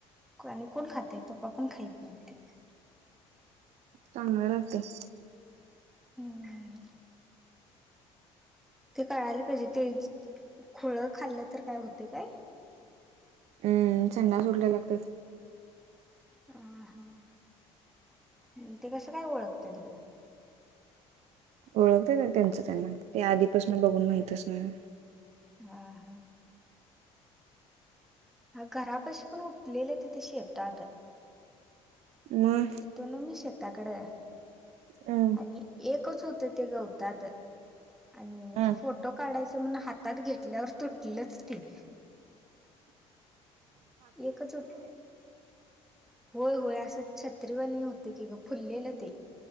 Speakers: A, in the centre; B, on the right (about 65°).
A: आणि कोण खातय. पप्पा पण खाईत नाही ते.
B: चागल राहतेय.
A: हम्म. ते कळायला पाहिजे? ते खोळ खाल्लं तर काय होते काय?
B: हम्म संडा सुटल्या लागतात.
A: अ हा. अन ते कसं काय ओळखत्यात गं?
B: ओळखते ना त्यांच त्यांना. ते आधीपासन बघून माहित असणार.
A: हा हा. हा घरापशी पण उठलेले तिथे शेतात.
B: मग
A: गेलतो ना मी शेताकडे
B: हम्म
A: आणि एकच होत ते गवतात आणि
B: हम्म
A: फोटो काढायच म्हणा हात हातात घेतल्यावर तुटलंच ते.
B: ह
A: एकं चोट होय होय असं छत्रीवणी होते की गं फुललेलं ते.